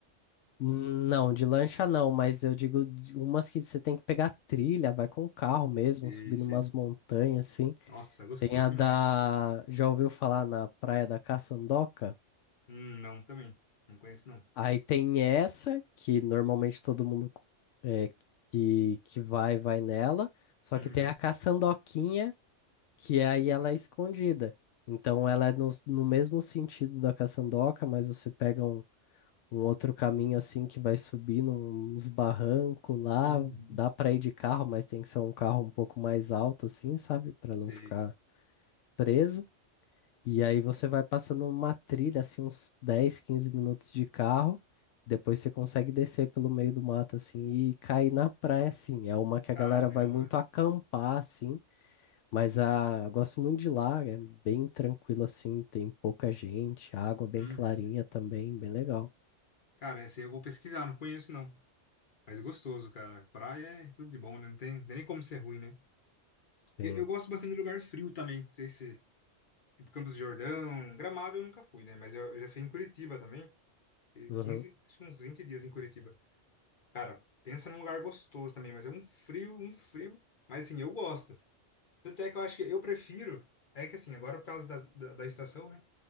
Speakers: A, on the left; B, on the left.
A: Não, de lancha não, mas eu digo de umas que você tem que pegar trilha, vai com o carro mesmo,
B: Sei,
A: subindo
B: sei.
A: umas montanhas assim.
B: Nossa, gostoso
A: Tem a
B: demais.
A: da. Já ouviu falar na Praia da Caçandoca?
B: Hum, não, também. Não conheço, não.
A: Aí tem essa, que normalmente todo mundo é, que, que vai, vai nela. Só
B: Uhum.
A: que tem a Caçandoquinha, que aí ela é escondida. Então ela é no, no mesmo sentido da Caçandoca, mas você pega um um outro caminho assim que vai subir uns barrancos lá.
B: Uhum.
A: Dá para ir de carro, mas tem que ser um carro um pouco mais alto, assim, sabe? Para
B: Sei.
A: não ficar preso. E aí você vai passando uma trilha, assim, uns 10 15 minutos de carro. Depois você consegue descer pelo meio do mato, assim, e cair na praia, assim. É uma que a
B: Caramba.
A: galera vai muito acampar, assim. Mas a, eu gosto muito de lá, é bem tranquilo, assim. Tem pouca gente, água bem
B: Uhum.
A: clarinha também, bem legal.
B: Cara, essa aí eu vou pesquisar, não conheço, não. Mas gostoso, cara. Praia é tudo de bom, né? Não tem, não tem nem como ser ruim, né?
A: Sim.
B: Eu, eu gosto bastante de lugar frio também. Não sei se, tipo, Campos do Jordão, Gramado eu nunca fui, né? Mas eu, eu já fui em Curitiba também. E
A: Uhum.
B: 15, acho que uns 20 dias em Curitiba. Cara, pensa num lugar gostoso também, mas é um frio, um frio. Mas assim, eu gosto. Tanto é que eu acho que eu prefiro. É que assim, agora por causa da, da, da estação, né?